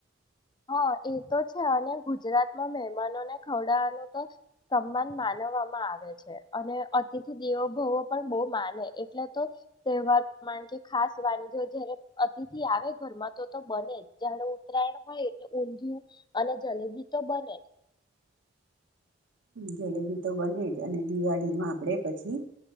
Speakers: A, on the left; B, on the right.
A: હા, એ તો છે અને ગુજરાતમાં મહેમાનોને ખવડાાવવાનું તો સન્માન માનવામાં આવે છે. અને અતિથિ દેવો અનુભવો પણ બહુ માને એટલે તો તહેવાર મા જે ખાસ વાનગી જ્યારે અતિથિ આવે ઘર માં તો-તો બને જ જાણે ઉત્તરાયણ હોય એટલે ઊંધિયું અને જલેબી તો બને જ.
B: જલેબી તો બને જ અને દિવાળીમાં આપણે પછી